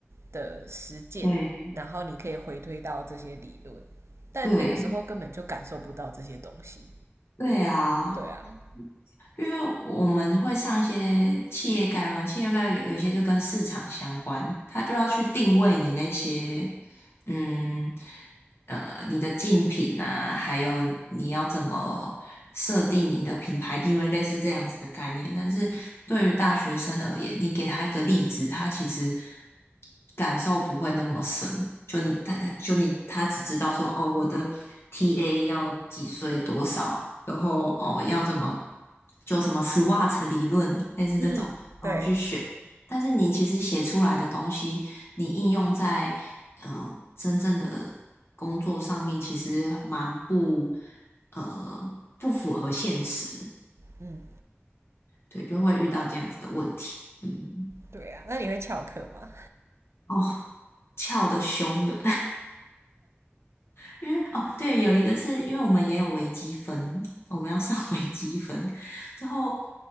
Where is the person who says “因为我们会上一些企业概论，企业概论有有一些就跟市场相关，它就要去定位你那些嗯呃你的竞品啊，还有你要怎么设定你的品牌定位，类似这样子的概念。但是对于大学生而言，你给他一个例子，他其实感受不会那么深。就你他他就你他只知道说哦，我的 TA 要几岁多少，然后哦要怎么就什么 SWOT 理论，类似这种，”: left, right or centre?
Left